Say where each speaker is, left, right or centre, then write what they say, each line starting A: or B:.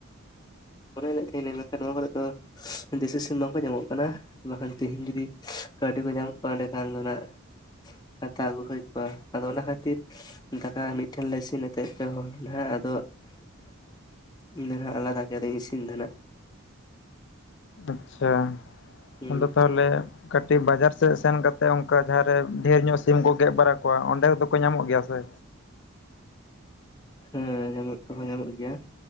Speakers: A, on the left; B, on the left.
A: ᱢᱚᱱᱮ ᱞᱟᱹᱭᱮᱫ ᱛᱟᱦᱮᱱᱟᱹᱧ ᱵᱟᱠᱷᱟ ᱱᱚᱣᱟ ᱠᱚᱨᱮ ᱫᱚ ᱫᱮᱥᱤ ᱥᱤᱢ ᱵᱟᱝᱠᱚ ᱧᱟᱢᱚᱜ ᱠᱟᱱᱟ ᱾ ᱵᱟᱠᱷᱟᱱ ᱛᱤᱦᱤᱸᱧ ᱡᱩᱫᱤ ᱠᱟᱹᱣᱰᱤ ᱠᱚ ᱧᱟᱢ ᱠᱚᱜᱼᱟ ᱮᱸᱰᱮ ᱠᱷᱟᱱ ᱫᱚ ᱦᱟᱸᱜ ᱦᱟᱛᱟᱣ ᱟᱹᱜᱩ ᱦᱩᱭ ᱠᱚᱣᱟ, ᱟᱫᱚ ᱚᱱᱟ ᱠᱷᱟᱹᱛᱤᱨ ᱫᱟᱠᱟ ᱢᱤᱫ ᱴᱷᱮᱱ ᱞᱮ ᱤᱥᱤᱱᱛᱮᱫ ᱛᱟᱦᱮᱱ ᱯᱮ ᱦᱚᱲ ᱡᱟᱦᱟ ᱟᱫᱚ ᱤᱧ ᱫᱚ ᱟᱞᱟᱫᱟ ᱠᱮ ᱛᱮᱜᱤ ᱤᱥᱤᱱ ᱛᱟᱦᱮᱱᱟ ᱾
B: ᱟᱪᱪᱷᱟ
A: ᱦᱮᱸ
B: ᱟᱫᱚ ᱛᱟᱦᱚᱞᱮ ᱠᱟᱹᱴᱤᱡ ᱵᱟᱡᱟᱨ ᱥᱮᱫ ᱥᱮᱱ ᱠᱟ ᱛᱮ ᱚᱱᱠᱟ ᱡᱟᱦᱟᱸ ᱨᱮ ᱰᱷᱤᱨ ᱧᱚᱜ ᱥᱤᱢ ᱠᱚ ᱜᱮᱫ ᱵᱟᱨᱟ ᱠᱚᱣᱟ ᱚᱸᱰᱮ ᱫᱚᱠᱚ ᱧᱟᱢᱚᱜ ᱜᱮᱭᱟ ᱥᱮ?
A: ᱦᱮᱸ ᱧᱟᱢᱚᱜ ᱫᱚᱠᱚ ᱧᱟᱢᱚᱜ ᱜᱮᱭᱟ᱾